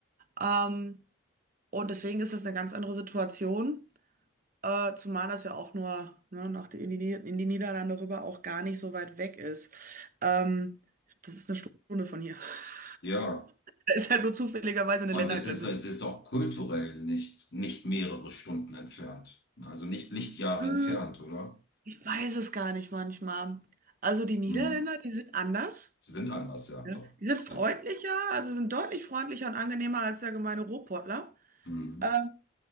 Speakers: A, on the right; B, on the left.
A: Ähm, und deswegen ist das eine ganz andere Situation. Äh, zumal das ja auch nur ne, nach die, in die, Nieder- in die Niederlande rüber auch gar nicht so weit weg ist. Ähm, das ist eine Stunde von hier. <laughs>
B: Ja,
A: Da ist halt nur zufälligerweise eine
B: und
A: Ländergrenze.
B: es ist, es ist auch kulturell nicht, nicht mehrere Stunden entfernt. Also nicht Lichtjahre
A: Hm,
B: entfernt, oder?
A: Ich weiß es gar nicht manchmal. Also die Niederländer,
B: Hm.
A: die sind anders.
B: Sie sind anders, ja,
A: Ja.
B: doch.
A: Die sind freundlicher,
B: Ja.
A: also sind deutlich freundlicher und angenehmer als der gemeine Ruhrpottler.
B: Mhm.
A: Ähm,